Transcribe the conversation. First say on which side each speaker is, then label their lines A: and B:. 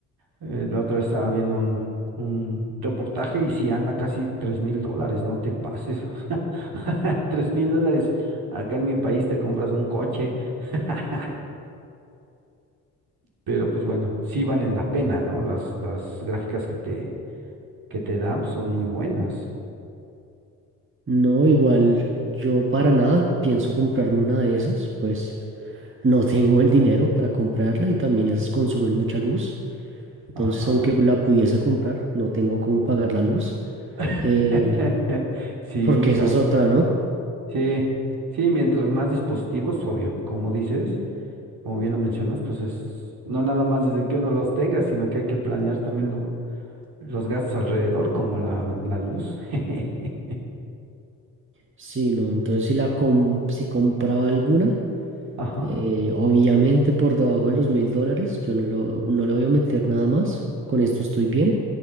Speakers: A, on the right (about 55°); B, on the right (about 30°).
A: Eh, la otra vez estaba viendo un, un reportaje y si anda casi tres mil dólares, no te pases. <laughs> Tres mil dólares. Acá en mi país te compras un coche. <laughs> Pero pues bueno, sí valen la pena, ¿no? Las, las gráficas que te, que te da pues, son muy buenas.
B: No, igual yo para nada pienso comprarme una de esas, pues no <laughs> tengo el dinero para comprarla y también esas consumen mucha luz, entonces
A: Ajá.
B: aunque la pudiese comprar, no tengo cómo pagar la luz,
A: <laughs>
B: eh,
A: Sí,
B: porque
A: ¿no?
B: esa es otra, ¿no?
A: Sí, sí, mientras más dispositivos, obvio, como dices, como bien lo mencionas, pues es, no nada más desde que uno los tenga, sino que hay que planear también lo, Los gastos alrededor, como la, la luz. <laughs>
B: Sí, no, entonces si la com- si compraba alguna,
A: Ajá,
B: eh, obviamente por debajo de los mil dólares, yo no lo, no le voy a meter nada más, con esto estoy bien,